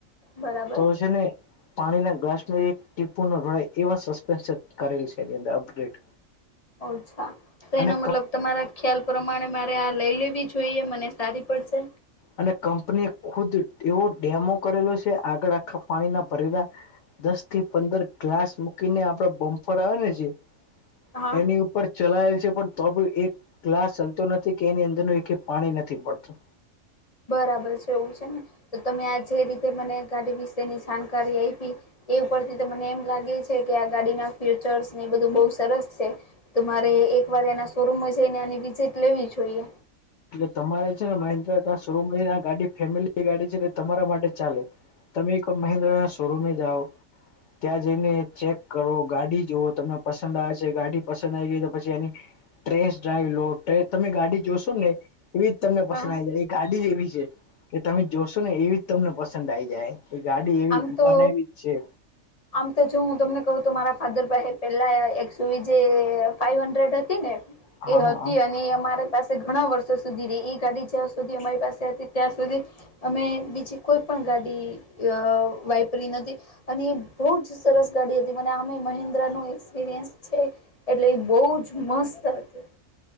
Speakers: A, on the left; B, on the left.
A: બરાબર
B: તો છે ને પાણી ના ગ્લાસ ન એક ટીપુ નોળાય એવા સસ્પેન્ કરેલી છે એની અંદર અપગ્રેડ
A: અચ્છા તો
B: અને
A: એનો મતલબ તમારા ખ્યાલ પ્રમાણે મારે આ લઈ લેવી જોઈએ મને સારી પડશે
B: અને કંપનીએ ખુદ એવો ડેમો કરેલો છે આગળ આખા પાણીના ભરેલા દસ થી પંદર ગ્લાસ મૂકીને આપડા બમ્ફર આવે ને જે
A: હા
B: એની ઉપર ચલાયેલ છે પણ તો બી એક ક્લાસ ચાલતો નથી કે એની અંદર એ ક પાણી નથી પડતું
A: બરાબર છે એવું છે ને તો તમે આ જે રીતે મને ગાડી વિશેની જાણકારી આઈપી એ ઉપરથી તો મને એમ લાગે છે કે આ ગાડીના ફ્યુચર્સ ને એ બધું બઉ સરસ છે તો મારે એક વાર એના શોરૂમમાં જઈને એની વિઝિટ લેવી જોઈએ
B: એટલે તમારે છે ને મહેન્દ્ર ત શરૂમાંને આ ગાડી ફેમિલી ગાડી છે એટલે તમારા માટે ચાલે તમે એક મહેન્દ્ર શોરૂ જાઓ ત્યાં જઈને ચેક કરો ગાડી જુવો તમને પસંદ આવે છે ગાડી પસંદ આવી ગઈ તો પછી એની ટ્રેસ ડ્રાઈઇવ લો તમે ગાડી જોશો ને એવી જ તમને પસંદ
A: હા
B: આવી જાય એ ગાડી જ એવી છે કે તમે જોશો ને એવી જ તમને પસંદ આઈ જાય. એ ગાડી એવી
A: આમ તો
B: બનાયવી જ છે.
A: આમ તો જો હું તમને કહ તો મારા ફાધર ભાઈ પેલા એકસ જે ફાઈવ હડ્રેડ હતી ને
B: હા
A: એ હતી
B: હા
A: અને એ અમારે પાસે ઘણા વર્ષો સુધી રહી ઈ ગાડી જ્યાં સુધી અમારી પાસે હતી ત્યાં સુધી અમે બીજી કોઈ પણ ગાડી અ વાપરી નથી અને બહુ જ સરસ ગાડી હતી મને આમ હી મહેન્દ્ર નો એક્સપિરિયન્સ છે એટલે એ બો જ મસ્ત હતું.